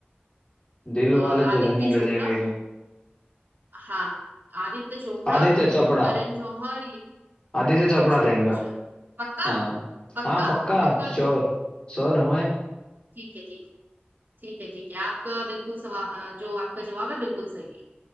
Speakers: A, on the left (about 30°); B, on the right (about 55°).
A: दिल
B: अ,
A: वाले
B: आदित्य
A: दुल्हनिया ले
B: चोपड़ा
A: जाएंगे ये
B: हाँ आदित्य चोपड़ा
A: आदित्य चोपड़ा
B: करण जौहर ये-
A: आदित्य चोपड़ा
B: अच्छा
A: थे इनका
B: अच्छा पक्का
A: हाँ
B: पक्का
A: हाँ पक्का
B: लॉक कर
A: श्योर
B: दूं
A: श्योर हुए
B: ठीक है ठीक है ठीक है ठीक है आपका बिल्कुल सवा अ, जो आपका जवाब है बिल्कुल सही है